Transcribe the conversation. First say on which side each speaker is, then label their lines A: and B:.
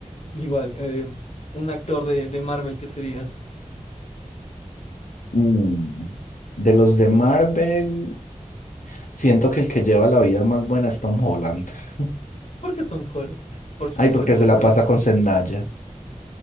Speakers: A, on the left (about 55°); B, on the left (about 85°).
A: igual. eh, un actor de, de Marvel que serías.
B: Mm, De los de Marvel. Siento que el que lleva la vida más buena es Tom Holland. <laughs>
A: ¿Por qué Tom Holland? Por, ser-
B: Ay,
A: por
B: porque
A: estar.
B: se la pasa con Zendaya.